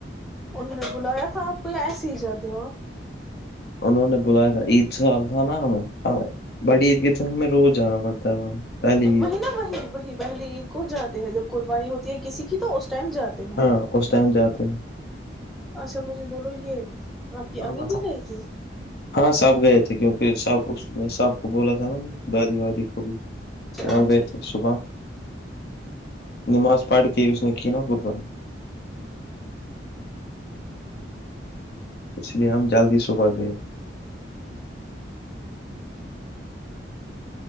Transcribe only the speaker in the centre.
انہوں نے بلایا تھا آپ کوئی ایسے ہی جاتے ہو آپ
وہی نا وہی وہی پہلے عید کو جاتے ہیں جب قربانی ہوتی ہے کسی کی تو اس ٹائم جاتے ہیں
اچھا مجھے بولو یہ آپ کی
امی
بھی گئی تھی
چلو
ٹھیک